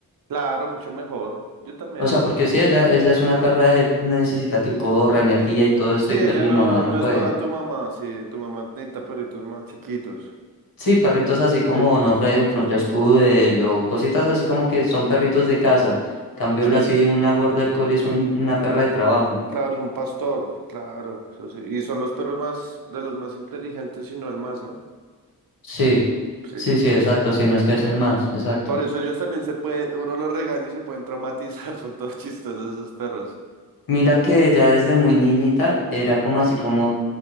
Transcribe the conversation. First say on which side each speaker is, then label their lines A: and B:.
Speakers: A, on the right; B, on the left.
A: Claro, mucho mejor. Yo también.
B: O sea, porque
A: Sí,
B: sí, ella, ella es una perra de necesita que corra, energía y todo esto,
A: Sí,
B: y pues
A: ella
B: mi
A: no,
B: mamá no
A: no
B: puede.
A: es para tu mamá. Sí, tu mamá necesita perritos más chiquitos.
B: Sí, perritos así como
A: Sí,
B: no Fre- no Fresh Poodle o cositas así como que son perritos de casa. Cambio
A: sí.
B: la sí, una Border Collie es un- una perra de trabajo.
A: Claro, es un pastor. Claro, eso sí. Y son los perros más, de los más inteligentes y no el más, ¿no?
B: Sí,
A: Sí.
B: sí, sí, exacto, si no es que es el más, exacto.
A: Por eso ellos también se puede, uno los regaña y se pueden traumatizar. <laughs> Son todos chistosos esos perros.
B: Mira que ella desde muy niñita era como así como,